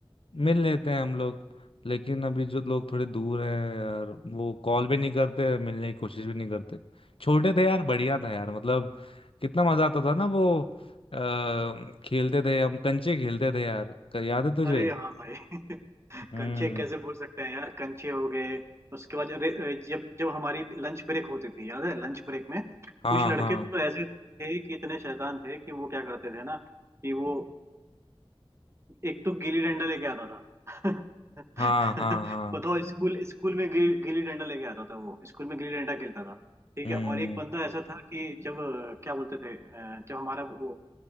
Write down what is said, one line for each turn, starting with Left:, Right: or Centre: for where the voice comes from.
Left: मिल लेते हैं हम लोग लेकिन अभी जो लोग थोड़े दूर हैं यार वो कॉल भी नहीं करते मिलने की कोशिश भी नहीं करते छोटे थे यार बढ़िया था यार मतलब कितना मजा आता था ना वो अ, खेलते थे हम कंचे खेलते थे यार क- याद है तुझे
Right: अरे हाँ भाई <laughs>
Left: हम्म
Right: कंचे कैसे भूल सकते हैं यार कंचे हो गए उसके बाद अरे अरे, जब जब हमारी लंच ब्रेक होती थी याद है लंच ब्रेक में
Left: हाँ
Right: कुछ लड़के
Left: हाँ
Right: तो ऐसे थे कि इतने शैतान थे कि वो क्या करते थे ना कि वो एक तो गिल्ली डंडा लेके आता था <laughs>
Left: हाँ हाँ हाँ
Right: बताओ स्कूल स्कूल में गिल, गिल्ली डंडा लेके आता था वो स्कूल में गिल्ली डंडा खेलता था ठीक
Left: हम्म
Right: है और एक बंदा ऐसा था कि जब अ, क्या बोलते थे अ, जब हमारा वो